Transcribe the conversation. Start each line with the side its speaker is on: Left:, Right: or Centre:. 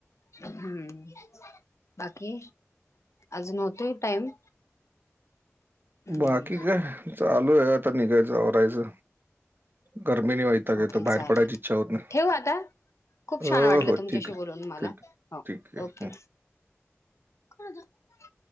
Left: हम्म, बाकी,, अजून होतूय टाइम हम्म
Right: बाकी काय, चालूय आता, निघायचं, आवरायचं. गरमी ने वैताग
Left: ओके
Right: ऐतो,, बाहेर
Left: चालेल.
Right: पडायची इच्छा होत नाही.
Left: ठेवू आता खूप
Right: अ,
Left: छान वाटलं
Right: हो
Left: तुमच्याशी
Right: ठीक आहे.
Left: बोलून मला,,
Right: ठीक आहे.
Left: हो,,
Right: ठीक आहे.
Left: ओके कोण होतं